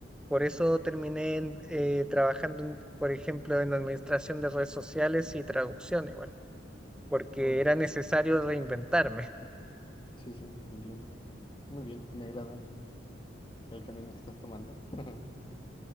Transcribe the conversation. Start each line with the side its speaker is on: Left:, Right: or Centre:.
Centre: Por eso terminé en- eh, trabajando, en, por ejemplo, en administración de redes sociales y traducción igual, porque
Left: No, enti-
Centre: era necesario reinventarme. <laughs>
Left: Sí, sí, lo entiendo. Muy bien, me agrada el camino que estás tomando, <laughs>